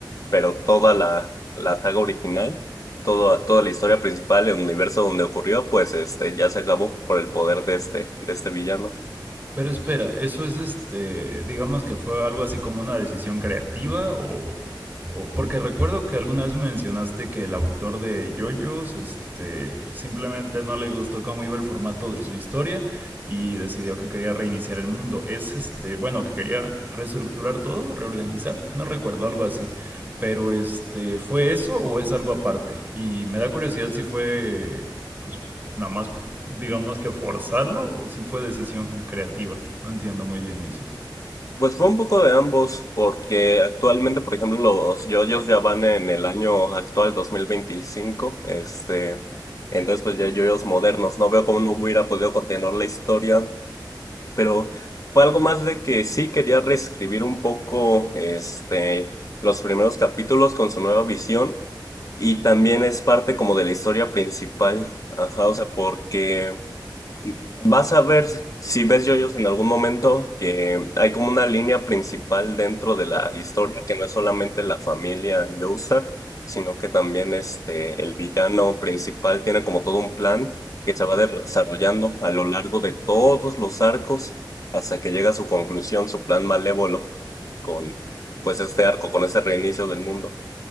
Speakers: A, on the left (about 45°); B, on the right (about 25°).
A: Pero toda la, la saga original, toda, toda la historia principal, el universo donde ocurrió, pues este, ya se acabó por el poder de este, de este villano.
B: Pero espera, ¿eso es este, digamos que fue algo así como una decisión creativa o, o- porque recuerdo que alguna vez mencionaste que el autor de JoJo's, este, simplemente no le gustó cómo iba el formato de su historia y decidió que quería reiniciar el mundo. Es este, bueno, que quería reestructurar todo, reorganizar, no recuerdo algo así. Pero este, ¿fue eso o es algo aparte? Y me da curiosidad si fue, pues, nada más, digamos que forzarlo o si fue decisión creativa. No entiendo muy bien eso.
A: Pues fue un poco de ambos, porque actualmente, por ejemplo, los yoyos ya van en el año actual 2025, este, entonces pues ya hay yoyos modernos, no veo cómo no hubiera podido continuar la historia, pero fue algo más de que sí quería reescribir un poco, este, los primeros capítulos con su nueva visión, y también es parte como de la historia principal, ajá, o sea, porque... Vas a ver si ves yoyos en algún momento que hay como una línea principal dentro de la historia que no es solamente la familia Joestar, sino que también este el villano principal tiene como todo un plan que se va de- desarrollando a lo largo de todos los arcos hasta que llega a su conclusión, su plan malévolo con pues este arco, con ese reinicio del mundo.